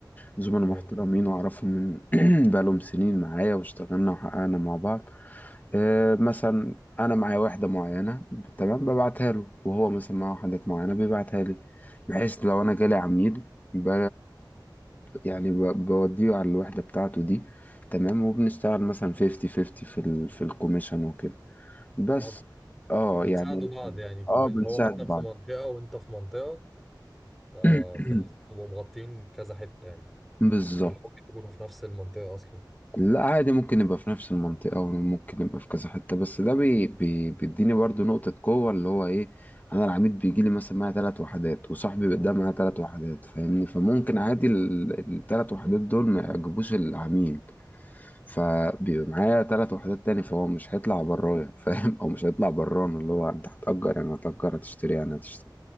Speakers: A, on the left (about 20°); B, in the centre.
A: زملاء
B: حلو
A: محترمين واعرفهم من <clears throat> بقالهم سنين معايا واشتغلنا وحققنا مع بعض آه، مثلا انا معايا واحده معينه تمام ببعتها له وهو مثلا معاه وحدات معينه بيبعتها لي بحيث لو انا جالي عميل ب... يعني ب... بوديه على الوحده بتاعته دي تمام وبنشتغل مثلا 50 50 في ال... في الكوميشن وكده بس
B: اه
A: اه
B: بتساعدوا
A: يعني
B: بعض يعني كون-
A: اه بنساعد
B: هو مثلا
A: بعض
B: في منطقة وانت في منطقة فبتبقوا
A: <clears throat>
B: مغطين كذا حتة يعني
A: بالظبط
B: ولا ممكن تكونوا في نفس المنطقة أصلا
A: لا عادي ممكن يبقى في نفس المنطقة وممكن يبقى في كذا حتة بس ده بي بي بيديني برضو نقطة قوة اللي هو ايه انا العميد بيجي لي مثلا معايا ثلاث وحدات وصاحبي ده معاه ثلاث وحدات فاهمني فممكن عادي الثلاث وحدات دول ما يعجبوش العميل فبيبقى معايا ثلاث وحدات تاني فهو مش هيطلع برايا <laughs> فاهم او مش هيطلع برانا اللي هو انت هتأجر يعني هتأجر هتشتري يعني هتشتري